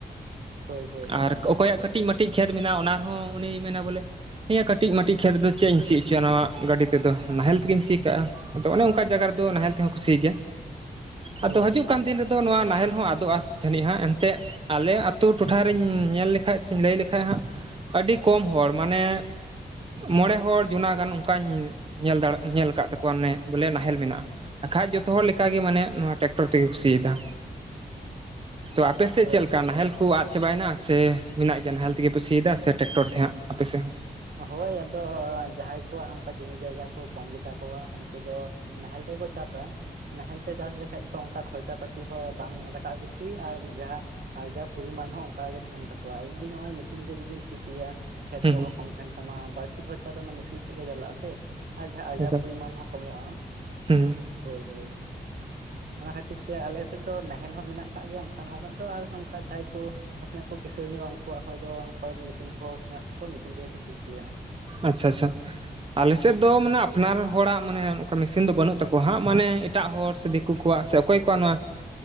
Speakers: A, on the right (about 70°); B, on the right (about 35°).
A: ᱦᱳᱭ ᱦᱳᱭ
B: ᱦᱟᱸᱜ
A: ᱮᱠᱟᱞ
B: ᱟᱨ
A: ᱮᱠᱟᱞ
B: ᱚᱠᱚᱭᱟᱜ ᱠᱟᱹᱴᱤᱡᱼ ᱢᱟᱹᱴᱤᱡ ᱠᱷᱮᱛ ᱢᱮᱱᱟᱜᱼᱟ ᱚᱱᱟ ᱨᱮᱦᱚᱸ ᱩᱱᱤ ᱢᱮᱱᱟ ᱵᱚᱞᱮ ᱱᱤᱭᱟᱹ ᱠᱟᱹᱴᱤᱡ ᱢᱟᱹᱴᱤᱡ ᱠᱷᱮᱛ ᱫᱚ ᱪᱮᱫ ᱤᱧ ᱥᱤ ᱚᱪᱚᱭᱟ ᱱᱚᱣᱟ ᱜᱟᱹᱰᱤ ᱛᱮᱫᱚ ᱱᱟᱦᱮᱞ ᱛᱮᱜᱮᱧ ᱥᱤ ᱠᱟᱜᱼᱟ ᱟᱫᱚ ᱚᱱᱮ ᱚᱱᱠᱟ ᱡᱟᱭᱜᱟ ᱨᱮᱫᱚ ᱱᱟᱦᱮᱞ ᱛᱮᱦᱚᱸ ᱠᱚ ᱥᱤᱭ ᱜᱮᱭᱟ
A: <inaudible>
B: ᱟᱫᱚ ᱦᱤᱡᱩᱜ ᱠᱟᱱ
A: ᱦᱳᱭ
B: ᱫᱤᱱ ᱨᱮᱫᱚ ᱟ ᱫᱚ ᱱᱚᱣᱟ ᱱᱟᱦᱮᱞ ᱦᱚᱸ ᱟᱫᱚᱜᱼᱟᱥ ᱡᱷᱟᱹᱱᱤᱡ ᱦᱜ ᱮᱱᱛᱜ ᱟᱞᱮ ᱟᱛᱳ ᱴᱚᱴᱷᱟᱨ ᱨᱤᱧ ᱧᱮᱞ ᱞᱮᱠᱷᱟᱡ ᱥᱮ ᱞᱟᱹᱭ ᱞᱮᱠᱷᱟᱱ ᱵᱟ ᱠᱷᱟᱱᱡ ᱦᱟᱸᱜ ᱟᱹᱰᱤ ᱠᱚᱢ ᱦᱚᱲ ᱢᱟᱱᱮ ᱢᱚᱬᱮ ᱦᱚᱲ ᱡᱩᱱᱟ ᱜᱟᱱ ᱚᱱᱠᱟᱧ ᱧᱮᱞ ᱫᱟᱲᱮ ᱧᱮᱞ ᱟᱠᱟᱫ ᱛᱟᱠᱚᱣᱟ ᱚᱱᱮ ᱵᱚᱞᱮ ᱱᱟᱦᱮᱞ ᱢᱮᱱᱟᱜᱼᱟ ᱮᱟᱠᱷᱟᱡ ᱡᱚᱛᱚ ᱦᱚᱲ ᱞᱮᱠᱟ ᱜᱮ ᱢᱟᱱᱮ ᱱᱚᱣᱟ ᱴᱨᱟᱠᱴᱚᱨ ᱛᱮᱜᱮ ᱠᱚ ᱥᱤ ᱫᱟ ᱛᱚ ᱟᱯᱮ ᱥᱮᱫ
A: ᱦᱳᱭ
B: ᱪᱮᱫᱞᱮᱠᱟ
A: ᱦᱳᱭ
B: ᱱᱟᱦᱮᱞ ᱠᱚ ᱟᱫ ᱪᱟᱵᱟᱭᱮᱱᱟ ᱥᱮ ᱢᱮᱱᱟᱜ ᱜᱮᱭᱟ ᱱᱟᱦᱮᱞ ᱛᱮᱜᱮ ᱯᱮ ᱥᱤᱭᱮᱫᱟ ᱥᱮ ᱴᱨᱟᱠᱴᱚᱨ ᱛᱮ ᱦᱟᱸᱟᱜ ᱟᱯᱮᱥᱮᱫ ᱦᱚᱸ
A: ᱦᱳᱭ ᱟᱫᱚ ᱡᱟᱦᱟᱸᱭ ᱠᱚᱣᱟᱜ ᱚᱱᱠᱟ ᱡᱩᱚᱢᱤ ᱡᱟᱭᱜᱟ ᱠᱚ ᱠᱚᱢ ᱜᱮᱛᱟ ᱠᱚᱣᱟ ᱩᱱᱠᱩ ᱫᱚ ᱱᱟᱦᱮᱞ ᱛᱮᱜᱮ ᱠᱚ ᱪᱟᱥᱟ ᱱᱟᱦᱮᱞ ᱛᱮ ᱪᱟᱥ ᱞᱮᱠᱟᱱᱡ ᱫᱚ ᱚᱱᱠᱟ ᱠᱷᱚᱨᱪᱟ ᱯᱟᱟᱛᱤ ᱦᱚᱸ ᱵᱟᱝ ᱨᱟᱠᱟᱵ ᱠᱩᱤᱥ ᱟᱨ ᱡᱟᱦᱟᱸ ᱟᱨ ᱡᱟ ᱯᱚᱨᱤᱢᱟᱱ ᱦᱚᱸ ᱚᱱᱠᱟᱜ ᱜᱮ ᱛᱟᱦᱮᱱ ᱛᱟᱠᱚᱣᱟ ᱟᱨ ᱡᱤ ᱱᱚᱜ ᱢᱮᱥᱤᱱ ᱛᱮ ᱡᱩᱫᱤᱢ ᱥᱤ ᱦᱚᱪᱚᱭᱟ ᱠᱷᱮᱛ
B: ᱦᱚᱸ
A: ᱠᱚᱦᱚᱸ
B: ᱦᱩᱸ
A: ᱠᱚᱢ ᱛᱟᱦᱮᱱ ᱛᱟᱢᱟ ᱵᱟᱹᱲᱛᱤ ᱠᱷᱚᱨᱪᱟ ᱫᱚ ᱚᱱᱟ ᱢᱮᱥᱤᱱ ᱥᱮᱫ ᱜᱮ ᱪᱟᱞᱟᱜᱼᱟ ᱥᱮ ᱟᱨ ᱡᱟᱦᱟ ᱟᱡᱟᱨ
B: ᱦᱩᱸ ᱟᱪᱪᱷᱟ
A: ᱯᱚᱨᱤᱢᱟᱱ ᱦᱚᱸ ᱠᱚᱢᱚᱜᱼᱟ
B: ᱦᱩᱸ
A: ᱦᱳᱭ ᱦᱳᱭ᱾ ᱚᱱᱟ ᱠᱷᱟᱹᱛᱤᱨ ᱛᱮ ᱟᱞᱮ ᱥᱮᱫ ᱫᱚ ᱱᱟᱦᱮᱞ ᱦᱚᱸ ᱢᱮᱱᱟᱜ ᱟᱠᱟᱜ ᱜᱮᱭᱟ ᱚᱱᱠᱟᱱ ᱦᱚᱲᱟᱜ ᱫᱚ ᱟᱨ ᱚᱱᱠᱟ ᱡᱟᱦᱟᱸᱭ ᱠᱚ᱾ ᱱᱟᱥᱮᱱᱟᱜ ᱠᱚ ᱠᱤᱥᱟᱹᱬ ᱧᱚᱜᱼᱟ ᱩᱱᱠᱩᱣᱟᱜ ᱦᱚᱸ ᱟᱫᱚ ᱢᱮᱥᱤᱱ ᱠᱚᱦᱚ ᱢᱮᱱᱟᱜ ᱛᱚᱠᱚᱭᱟ ᱢᱮᱥᱤᱱ ᱛᱮᱜᱮ ᱠᱚ ᱥᱤ ᱚᱪᱚᱭᱟ ᱦᱟᱸᱜ᱾
B: ᱟᱪᱷᱟ ᱟᱪᱷᱟ᱾ ᱟᱞᱮᱥᱮᱫ ᱫᱚ ᱢᱟᱱᱮ ᱟᱯᱱᱟᱨ ᱦᱚᱲᱟᱜ ᱢᱟᱱᱮ ᱚᱱᱠᱟ ᱢᱮᱥᱤᱱ ᱫᱚ ᱵᱟᱹᱱᱩᱜ ᱛᱟᱠᱚᱣᱟ ᱦᱟᱸᱜ ᱢᱟᱱᱮ ᱮᱴᱟᱜ ᱦᱚᱲ ᱥᱮ ᱫᱤ᱾ ᱠᱩᱭᱟ ᱠᱚᱣᱟᱜ ᱥᱮ ᱚᱠᱚᱭ ᱠᱚᱣᱟᱜ ᱱᱚᱣᱟ᱾